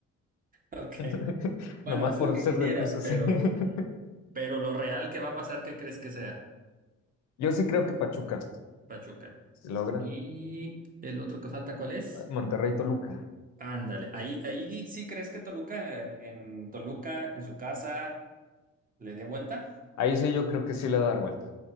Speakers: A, on the right; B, on the left.
A: Ok.
B: <laughs>
A: Bueno,
B: Nomás
A: es
B: por
A: lo que
B: ser
A: quisieras,
B: del Cruz Azul.
A: pero,
B: <laughs>
A: pero lo real que va a pasar, ¿qué crees que sea,
B: Yo sí creo que Pachuca
A: Pachuca?
B: se logra.
A: Y el otro que falta, ¿cuál es?
B: Monterrey Toluca.
A: Ándale, ahí, ahí sí crees que Toluca en, en Toluca, en su casa? le dé vuelta.
B: Ahí sí yo creo que sí le va a dar vuelta.